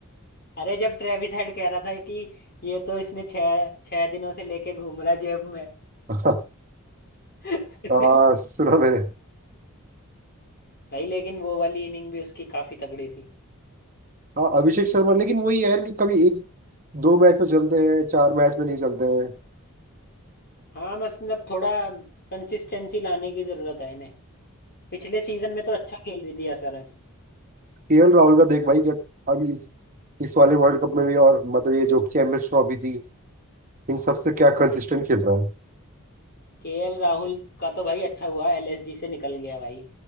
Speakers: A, on the left; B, on the right.
A: अरे जब ट्रेविस हेड कह रहा था कि ये तो इसने छह छह दिनों से लेके घूम रहा जेब में
B: <laughs> हाँ
A: <laughs>
B: हाँ, सुना मैंने
A: भाई लेकिन वो वाली इनिंग भी उसकी काफी तगड़ी थी
B: हाँ अभिषेक शर्मा लेकिन वही है यार कि कभी एक दो मैच में चलते हैं चार मैच में नहीं चलते हैं
A: हाँ मतलब थोड़ा कंसिस्टेंसी लाने की जरूरत है इन्हें पिछले सीजन में तो अच्छा खेल रही थी असरज
B: केएल राहुल का देख भाई क्या अभी इस इस वाले वर्ल्ड कप में भी और मतलब ये जो चैंपियंस ट्रॉफी थी इन सबसे क्या कंसिस्टेंट खेल रहा है
A: केएल राहुल का तो भाई अच्छा हुआ एलएसजी से निकल गया भाई